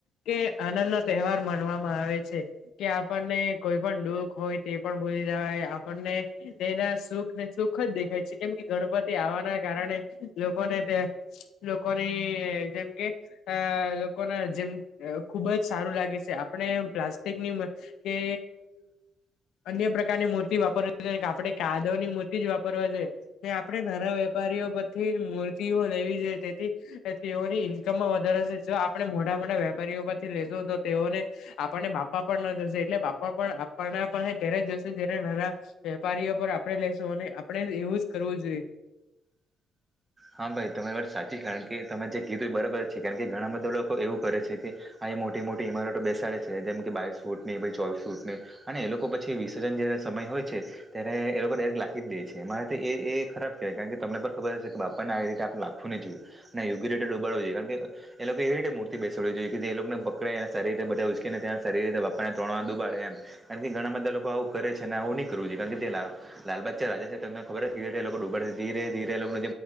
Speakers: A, on the left; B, on the right.
A: કે આનંદ નો તહેવાર માનવામાં આવે છે, કે આપણને કોઈ પણ દુઃખ હોય તે પણ ભુ જાય આપણને તેના સુખ ને સુખ જ દેખાય છે, કેમ કે ગણપતિ આવવાના કારણે લોકો ને ત્યા લોકોની જેમ કે અ લોકો ના જેમ ખુબ જ સારું લાગે છે આપણે પ્લાસ્ટિકની કે અન્ય પ્રકારની મૂર્તિ વાપરવી આપણે કાદવની મૂર્તિ જ વાપરવા જોઈએ ને આપણે નાના વેપ પારીઓ પરથી જ મૂર્તિઓ લેવી જોઈએ તેથી તેઓની ઈન્કમમાં વધારે છે, જો આપણે મોટા મોટા વેપારીઓમાંથી લેશું તો તેઓને. આપણને બાપા પણ ના જશે એટલે બાપા પણ આપણા પાસે ત્યારે જશે જ્યારે નાના વેપારી. આપડે લઈેશું અને આપણે એવું જ કરવું જોઈએ.
B: હા ભાઈ તમારી વાત સાચી કારણ કે. કે તમે જે કીધું એ બરાબર છે કારણ કે ઘણા બધા લોકો એવું કરે છે કે આ મોટી મોટી ઇમારતો બેસાડે છે. જેમકે બાવીસ ફૂટની ચોવીસ ફૂટની અને એ લોકો પછી વિસર્જન જયારે સમય હોય છે ત્યારે એ લોકો. લાખી જ દે છે મારે એ એ ખરાબ કેવાય કારણ કે તમને પણ ખબર હશે કે બાપ. પા ને આવી રીતે આપ લાખું ની જોય એ યોગ્ય રીતે ડુબાડો જોઈએ કારણકે એ લોકો એવી રીતે મૂર્તિ બેસડવી જોઈ કે એ લોકને. પકડે ને સારી રીતે બધા ઉચકીને ને ત્યાં સારી રીતે બાપાને ત્રણ વાર દુબાડે એમ એનાથી ઘણા બધા લોકો આવું કરે છે. આવું ની કરવુ જોઈએ કારણકે લાલ લાલબાગ ચા રાજા છે તમને ખબર છે કેવી રીતે લોકો ડુબાડે છે ધીરે ધીરે લોકો